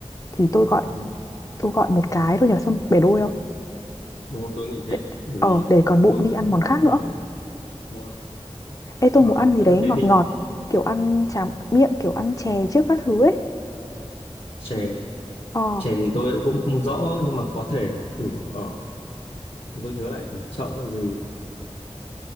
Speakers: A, on the left; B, on the left.
A: Thì tôi gọi
B: ừ.
A: tôi gọi một cái thôi nhở, xong bể đôi không?
B: đúng rồi tôi nghĩ thế
A: Để,
B: bởi
A: ờ,
B: vì
A: để còn bụng
B: tôi
A: đi ăn món khác
B: cũng thấy
A: nữa.
B: đúng rồi.
A: Ê tôi
B: Ờ,
A: muốn ăn gì
B: nếu
A: đấy
B: mà thế
A: ngọt
B: thì
A: ngọt, kiểu ăn tráng miệng, kiểu ăn chè trước các thứ ấy.
B: chè
A: Ờ,
B: chè thì tôi cũng không rõ nhưng mà có thể thử ở thì tôi nhớ lại ở chợ gì nhỉ